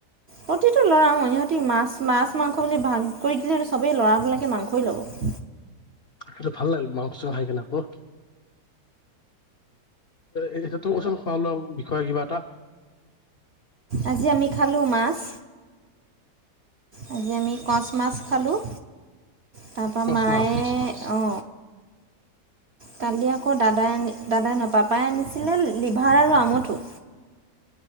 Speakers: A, on the right; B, on the left.
A: প্ৰতিটো লৰা ইহঁতি মাছ মাছ মাংস বুলি ভাগ কৰি দিলে সিহ সবে লৰাবলাকে মাংসই ল'ব।
B: সেইটো ভাল লাগিল মাংস খাই কিনে আকৌ এ তোৰ কচোন খোৱা লোৱা বিষয়ে কিবা এটা।
A: আজি আমি খালোঁ মাছ। আজি আমি কচ মাছ খালোঁ তাপ
B: কচ
A: মায়
B: মাছ
A: অ। কালি আকৌ দাদাই আনি দাদাই নপাপাই আনিছিলে লিভাৰ আৰু আমুঠো।